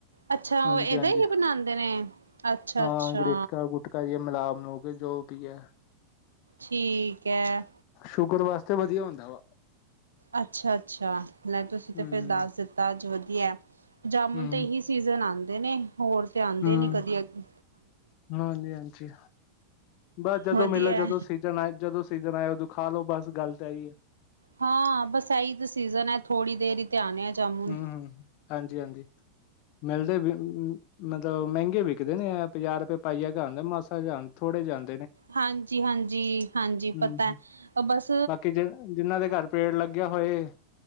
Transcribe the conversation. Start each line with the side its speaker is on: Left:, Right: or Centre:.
Right: ਅੱਛਾ
Left: ਹਾਂਜੀ
Right: ਉਹ ਇਹਦਾ
Left: ਹਾਂਜੀ
Right: ਹੀ ਬਣਾਉਂਦੇ ਨੇ।
Left: ਹਾਂ
Right: ਅੱਛਾ-ਅੱਛਾ
Left: ਗਿਟਕਾਂ ਗੁਟਕਾ ਜੀ ਮਿਲਾ ਮਲੂ ਕ। ਜੋ ਵੀ ਹੈ
Right: ਠੀਕ ਐ
Left: ਸ਼ੁਗਰ ਵਾਸਤੇ ਵਧੀਆ ਹੁੰਦਾ ਵਾ।
Right: ਅੱਛਾ ਅੱਛਾ ਮੈਂ ਤੁਸੀਂ ਤੇ
Left: ਹੂੰ
Right: ਫਿਰ ਦੱਸ ਦਿੱਤਾ ਅੱਜ ਵਧੀਆ। ਜਾਮੁਣ
Left: ਹੂੰ
Right: ਤੇ ਇਹੀ ਸੀਜਨ ਆਉਂਦੇ ਨੇ ਹੋਰ ਤੇ ਆਉਂਦੇ
Left: ਹੂੰ
Right: ਨੀ ਕਦੀ ਅਗੇ
Left: ਹਾਂਜੀ ਹਾਂਜੀ ਬਸ ਜਦੋਂ
Right: ਵਧੀਆ
Left: ਮਿਲੋ ਜਦੋਂ ਸੀਜਨ ਆ ਜਦੋਂ। ਸੀਜਨ ਆਇ ਉਦੋਂ ਖਾ ਲੋ ਬਸ ਗੱਲ ਤੇ ਏਹ ਹੀ ਹੈ।
Right: ਹਾਂ ਬਸ ਏਹੀ ਤਾਂ ਸੀਜਨ ਹੈ ਥੋਡੀ ਦੇਰ ਹੀ ਤੇ ਆਉਣੇ ਆ। ਜਾਮੁਨ।
Left: ਹਮ ਹਮ ਹਾਂਜੀ ਹਾਂਜੀ ਮਿਲਦੇ ਵੀ ਮਤਲਬ ਮਹਿੰਗੀ। ਵਿਕਦੇ ਨੇ ਇਹ ਪੰਜਾਹ ਕ ਰੁਪਏ ਪਾਈਆ ਆਂਦੇ ਮਸਾ ਜੈ ਹਨ ਥੋੜੇ ਜੈ ਹਨ
Right: ਹਾਂਜੀ ਹਾਂਜੀ ਹਾਂਜੀ
Left: ਹੂੰ
Right: ਪਤਾ
Left: ਹੂੰ
Right: ਹੈ ਬਸ।
Left: ਬਾਕੀ ਜਿ ਜਿੰਹਨਾਂ ਦੇ ਘਰ। ਪੇੜ ਲੱਗਿਆ ਹੋਏ